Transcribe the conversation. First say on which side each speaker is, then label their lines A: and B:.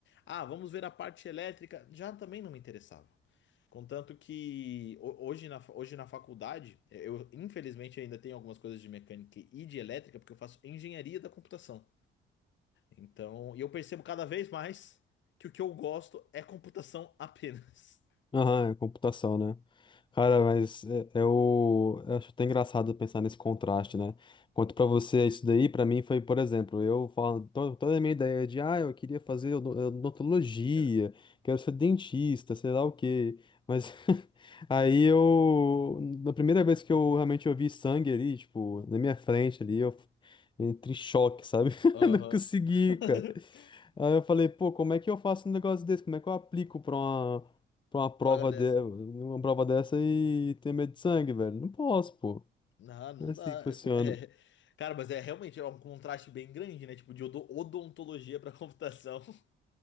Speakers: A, on the left; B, on the left.
A: Ah, vamos ver a parte elétrica, já também não me interessava. Contanto que ho- hoje na, fa- hoje na faculdade, eh, eu infelizmente ainda tenho algumas coisas de mecânica e de elétrica, porque eu faço engenharia da computação. Então, e eu percebo cada vez mais que o que eu gosto é computação apenas.
B: Aham, é computação, né? Cara, mas é, é o... eu acho até engraçado pensar nesse contraste, né? Quanto pra você isso daí, pra mim foi, por exemplo, eu falo to- toda a minha ideia de, ah, eu queria fazer odo- odontologia,
A: Cara,
B: quero ser dentista, sei lá o quê. Mas <laughs> aí eu, na primeira vez que eu realmente eu vi sangue ali, tipo, na minha frente ali, eu entrei em choque, sabe?
A: Aham.
B: <laughs> Não consegui,
A: <laughs>
B: cara. Aí eu falei, pô, como é que eu faço um negócio desse? Como é que eu aplico pra uma pra uma prova
A: Paga dessa.
B: de... uma prova dessa e ter medo de sangue, velho. Não posso, pô.
A: Não, não
B: Não é assim
A: dá.
B: que funciona.
A: É, co- é. Cara, mas é realmente é um contraste bem grande, né? Tipo, de odo- odontologia pra computação. <laughs>